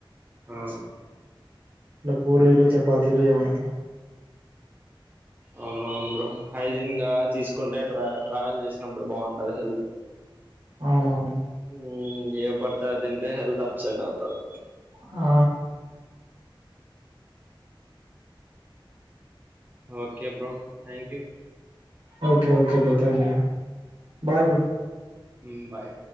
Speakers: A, on the right; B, on the right.
A: ఆ
B: ఇల పూరీలు చపాతీలు ఏవన్నట్ల
A: అవునవును బ్రో హైజీన్ గా తీసుకుంటే ట్రా ట్రావెల్ చేసినప్పుడు బాగుంటది హెల్త్
B: అవునవును
A: హుమ్మ్ ఏవి పడితే అవి తింటే హెల్త్ అప్సెట్ అవుతది
B: ఆ
A: okay bro thank you
B: okay okay bro thank you bye bro
A: hmm bye